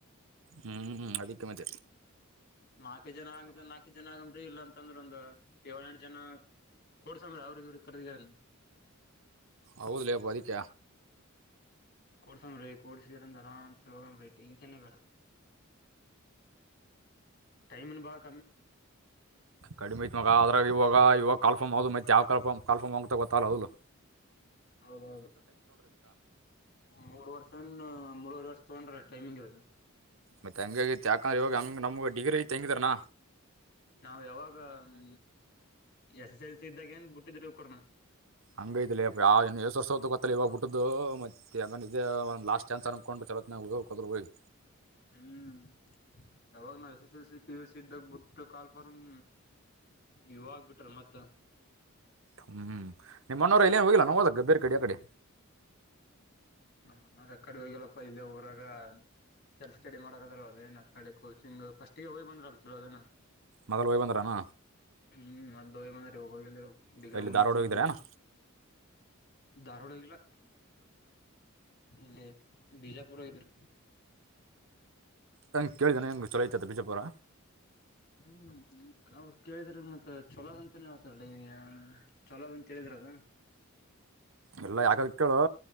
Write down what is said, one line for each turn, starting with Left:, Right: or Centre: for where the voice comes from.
Right: ಹ್ಮ್ ಹ್ಮ್ ಅದಕ್ಕೆ ಮಟ
Left: ನಾಲ್ಕು ಜನ ಆಗಿದ ನಾಲ್ಕು ಜನ ಆಗಂಬ್ರಿ ಇಲ್ಲಾಂತಂದ್ರ ಒಂದು ಏಳ ಎಂಟು ಜನ. ಕೊಡ್ಸಾಮ್ರ ಅವ್ರಿಗೆ ಇವ್ರಿಗೆ ಕರ್ದಾರ.
Right: ಹೌದಲಪ್ಪ ಅದಿಕ.
Left: ಕೊಡ್ಸನ್್ರೀ. ಕಡಿ ಸೀರ ತರ ಸು. ಟೆನ್ನ್ ಬೇಡ ಟೈಮ್ ಬ.
Right: ಕಡಿಮಹಿತ ಮಗ ಅವ. ಇವಾಗ ಇವಾಗ ಕಲ್ಫಮ್ ಅೌದು ಮತ್ತೆ ಯಾವ್ ಕಲ್ಫ್ ಕಾಫಮ್ ಹಂಗಂತ ಗೊತ್ತಲ್ಲ ಅದಲು.
Left: ಹೌದೌದು ಮೂರ್ ವರ್ಷನ್ ಮೂವರ್ ವರ್ಷ ತೊಂದ್ರ. ಟೈಮಿಂಗ್ ಇರದ.
Right: ಮತ್ತೆ ಹಂಗ ಯಾಕಂದ್ರೆ ಇವಾಗ ಹಂಗ ನಮ್ಗ ಡಿಗ್ರಿ ತಂಗಿದಾರನಾ.
Left: ನಾವ್ ಯಾವಾಗ ಹ್ಮ ಎಸ್ ಎಸ್ ಎಲ್ ಸಿ ಇದ್ದಾಗ ಏನ್ ಬಿಟ್ಟಿದರು. ಕೊನಾದು.
Right: ಹಂಗೈತಿಲಿ ಎಷ್ಟ ವರ್ಸತ್ತು ಗತ್ತಲ್ಲ ಇವಾಗ ಬಿಟ್ಟದ್ದು ಮತ್ತೆ. ಂಗ ಇೇ ಒಂದು ಲಾಸ್ಟ್ ಚಾನ್ಸ್ ಅನ್ಕೊಂಡು ಚೋಗ್.
Left: ಹ್ಮ್. ಯಾವಾಗ ನಾವ್ S S L C P S C ಇದ್ದಾಗ ಬಿಟ್ಟು ಕಾಲ್ ಫಾರಮ್ ಇವಾಗ ಬಿಟ್ರ ಮತ್ತ.
Right: ಹ್ಮ್ ನಿಮ್ಮನವರ ಎಲ್ಲಿ ಏನು ಹೋಗಿಲ್ಲ ನಾ ಹೋದಕ್ಕೆ ಬೇರೆ ಕಡೆಯ ಕಡೆ.
Left: ನಮ್ಮನ್ರ ಅಕಡೆ ಹೋಗಿಲ್ಲಪ್ಪಾ ಇಲ್ಲೇ ಊರಾಗ ಸೆಲ್ಫ್ ಸ್ಟಡಿ ಮಾಡಕದ್ರ ಅದ ಏನ್ ಅಡೆ ಕೋಚಿಂಗ್ ಫಸ್ಟ್ಗೆ ಹೋಗ್ ಬಂದ್ರಲ್ ಕೆಲೋದನ.
Right: ಮೊದಲು ಒಯ್ ಬಂದ್ರಾನ.
Left: ಹ್ಮ್ ಮ ದವೆ ಮಂದರಿ ಹೋಗಗ. ಡಿಗ್ರ
Right: ಇಲ್ಲಿ
Left: ಮುೆ
Right: ಧಾರವಾಡ
Left: ಸಕಂತಾರೆ
Right: ಹೋಗಿದ್ರೆ ಏನು
Left: ದಾರುಡಲ್ಲ. ಇಲ್ಲಿ ಬಿಜಾಪುರಾಗಿದ್ರು
Right: ಹಂಗ್ ಕೇಳಿದಾನ ಹೆಂಗ ಚಳೋತತೆ ಬಿಜಾಪುರ.
Left: ಹ್ಮ್ ಅವ್ರ ಕೇಳಿದ್ರ ಮತ್ತ ಚಲೋದ್ ಅಂತಾನೇ ಹತಿ ಚಲೋದ ಅಂತೇಳಿದ್ರದ.
Right: ಇಲ್ಲ ಯಾಕದ ಕೇಳು